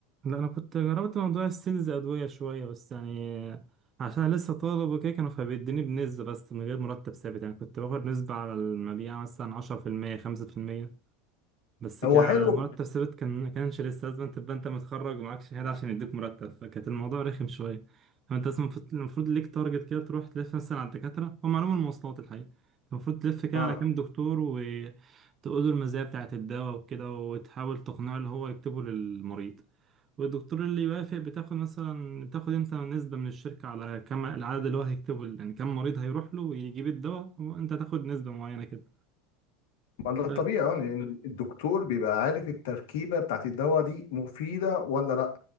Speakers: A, on the right; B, on the left.
A: لا انا كنت جربت موضوع السيلز ادويه شويه بس يعني عشان أنا لسه طالب وكده كانوا فبيديني بنسبه بس من غير مرتب ثابت يعني كنت باخد نسبه على المبيع مثلا 10% 5% بس
B: هو
A: كمرتب
B: حلو
A: ثابت كان كانش لسه لازم تبقى انت متخرج ومعاك شهاده عشان يديك مرتب فكانت الموضوع رخم شويه فانت اصلا المفروض المفروض ليك تارجت كده تروح تلف مثلا على الدكاتره هم علوم المواصلات الحقيقه المفروض تلف كده
B: اه
A: على كام دكتور وتقول له المزايا بتاعت الدواء وكده وتحاول تقنعه اللي هو يكتبه للمريض والدكتور اللي يوافق بتاخد مثلا بتاخد انت نسبة من الشركة على كم العدد اللي هو هيكتبه يعني كم مريض هيروح له ويجيب الدواء وانت تاخد نسبة معينة كده
B: ما ده الطبيعي
A: ف-
B: اه لأن الدكتور بيبقى عارف التركيبة بتاعت الدواء دي مفيدة ولا لأ